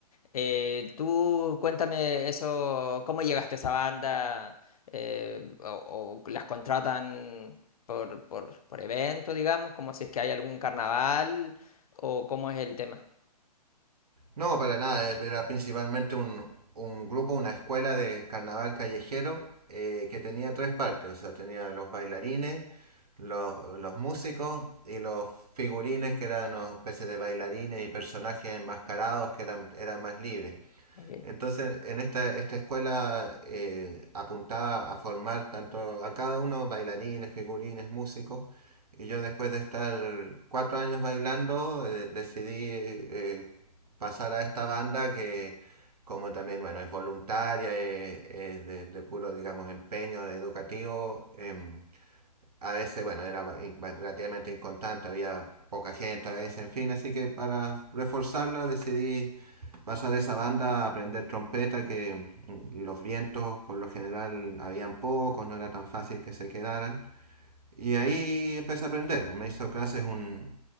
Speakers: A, on the left; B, on the right.
A: Eh, tú cuéntame eso, ¿cómo llegaste a esa banda? Eh, o, o las contratan por, por, por evento, digamos, como si es que hay algún carnaval, o cómo es el tema.
B: No, para nada, eh, era principalmente un, un grupo, una escuela de carnaval callejero eh, que tenía tres partes, o sea, tenía los bailarines, los, los músicos y los figurines que eran una especie de bailarines y personajes enmascarados que eran, eran más libres.
A: Ok,
B: Entonces, en esta, esta escuela eh, apuntaba a formar tanto a cada uno, bailarines, figurines, músicos. Y yo después de estar cuatro años bailando, eh, decidí eh, pasar a esta banda que como también, bueno, es voluntaria, es, es de, de puro, digamos, empeño educativo. em, a veces, bueno, era ba- in- ba- relativamente inconstante, había poca gente a veces, en fin, así que para reforzarla decidí Pasa de esa banda a aprender trompeta, que mm, los vientos por lo general habían pocos, no era tan fácil que se quedaran. Y ahí empecé a aprender. Me hizo clases un,